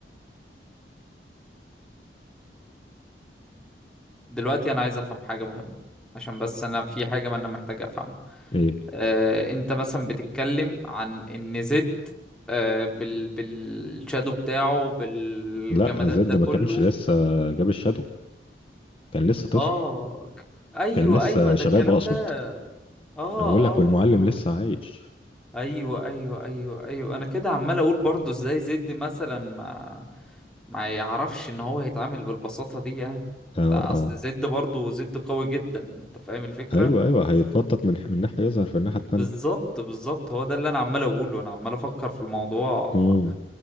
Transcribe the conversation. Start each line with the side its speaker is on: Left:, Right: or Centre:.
Centre: دلوقتي انا عايز افهم حاجة مهمة عشان بس انا في حاجة ما انا محتاج افهمها
Left: ايه
Centre: آه انت مثلا بتتكلم عن ان زد آه بال بالشادو بتاعه بالجمادات
Left: لا زد
Centre: ده كله
Left: ما كانش لسه جاب الشادو كان لسه طفل
Centre: اه ك- ايوه
Left: كان لسه
Centre: ايوه ده
Left: شباب
Centre: الكلام
Left: اقصد
Centre: ده اه
Left: انا بقول لك
Centre: اه
Left: والمعلم
Centre: اه
Left: لسه عايش
Centre: ايوه ايوه ايوه ايوه انا كده عمال اقول برضه ازاي زد مثلا ما ما يعرفش ان هو يتعامل بالبساطة دي يعني
Left: اه
Centre: ده
Left: اه
Centre: اصل زد برضه زد قوي جدا انت فاهم الفكرة
Left: ايوه ايوه هيتنطط من من ناحية يظهر في الناحية التانية
Centre: بالظبط بالظبط هو ده اللي انا عمال اقوله انا عمال افكر في الموضوع
Left: مم.